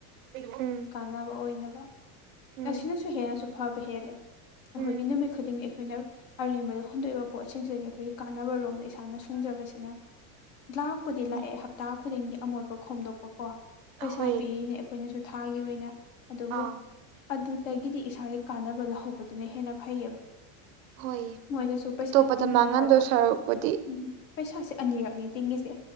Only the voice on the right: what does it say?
ꯎꯝ
ꯎꯝ
ꯎꯝ
ꯎꯝ
ꯑꯩꯈꯣꯏ
ꯑꯥ
ꯍꯣꯏ
ꯑꯇꯣꯞꯄꯗ
ꯃꯥꯡꯍꯟꯗꯣꯏ ꯁꯔꯨꯛꯄꯨꯗꯤ